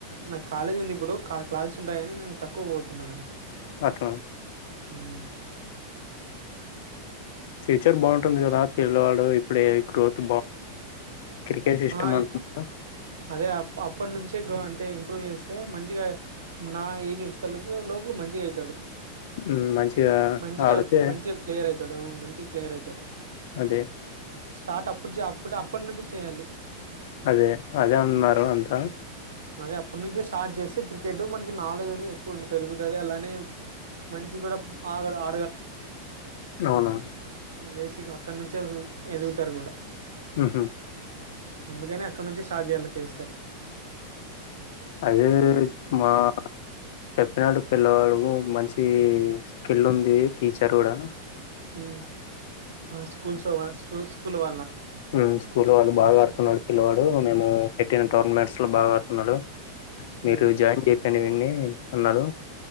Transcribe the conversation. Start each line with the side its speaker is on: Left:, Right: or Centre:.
Right: నాక్ కాలేజ్ ఉందిప్పుడు క్లాసెస్ ఉంటాయని నేను తక్కువ పోతున్న దానికి
Left: ఓకే
Right: హ్మ్
Left: ఫ్యూచర్ బాగుంటుంది గదా పిల్లవాడు ఇప్పుడే గ్రోత్ క్రికెట్ ఇష్టం
Right: ఆ
Left: అంటున్నారు
Right: ఇ అదే అప్ అప్ప నుంచే గ్రో టే ఇంప్రూవ్ చేస్తే మంచిగా నా ఏజ్ ఒచ్చేతల్లకూ లోపల మంచిగ అయితాడు
Left: ఉమ్, మంచిగా
Right: మంచిగా
Left: ఆడితే
Right: మంచి ప్లేయర్ అయితాడు ఆ మంచి ప్లేయర్ అయితాడు
Left: అదే
Right: స్టార్ట్ అప్పుడు చే అప్పుడు అప్పడ్ నుంచి చెయ్యాలి
Left: అదే అదే అన్నారు అంత
Right: అదే అప్పు నుంచే స్టార్ట్ జేస్తే క్రికెట్ మనకి నాలెడ్జ్ అని ఎక్కువుండ పెరుగుతది అలానే మంచి గుడా ఆగడు ఆ
Left: అవునా
Right: బేసిక్ అక్కడ్నుంచే ఎదుగుతారు గూడా
Left: ఉహు
Right: అందుకనే అక్కడ్నుంచి స్టార్ట్ జెయాలె చేస్తే
Left: అదే మా చెప్పినాడు పిల్లవాడు మంచి స్కిల్ ఉంది టీచర్ గుడా
Right: ఊ ఆ స్కూల్స్ వా స్కూల్స్ స్కూల్లోవా
Left: ఉమ్ స్కూల్లో వాళ్ళు బాగా ఆరుకున్నాడు పిల్లవాడూ మేమూ పెట్టిన టోర్నమెంట్స్ లో బాగా ఆడుతున్నాడు
Right: ఉమ్,
Left: మీరు జాయిన్ జే పిండి వీన్నీ అన్నాలు